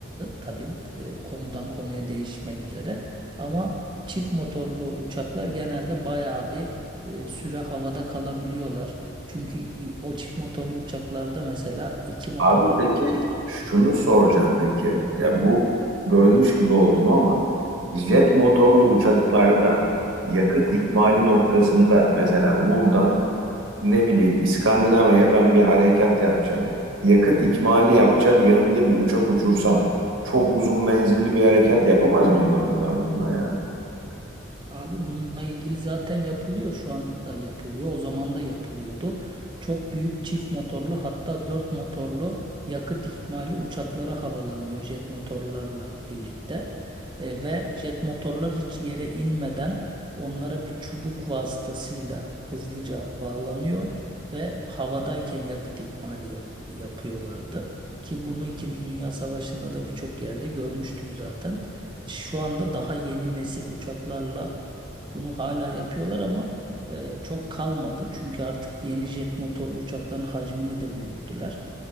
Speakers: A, on the right; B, on the right.
A: tabii e, konudan konuya değişmek üzere. Ama çift motorlu uçaklar genelde bayağı bir e, süre havada kalabiliyorlar. Çünkü i- o çift motorlu uçaklarda mesela iki motor
B: Abi
A: arasında
B: peki şunu soracağım peki. Ya bu bölmüş gibi oldum ama jet motorlu uçaklarda yakıt ikmali noktasında mesela buradan ne bileyim İskandinavya'ya ben bir harekat yapacağım. Yakıt ikmali yapacak yanında bir uçak uçursam çok uzun menzilli bir harekat yapamaz mıyım abi ben bununla yani?
A: Abi bununla ilgili zaten yapılıyor şu anda yapılıyor. O zaman da yapılıyordu. Çok büyük çift motorlu hatta dört motorlu yakıt ikmali uçaklara havalanıyor jet motorlarla birlikte. E, ve jet motorlar hiç yere inmeden onlara bir çubuk vasıtasıyla hızlıca bağlanıyor ve havadayken yakıt ikmali yap- yapıyorlardı. Ki bunu İkinci Dünya Savaşı'nda da birçok yerde görmüştük zaten. Şu anda daha yeni nesil uçaklarla bunu hala yapıyorlar ama e, çok kalmadı. Çünkü artık yeni jet motorlu uçakların hacmini de büyüttüler.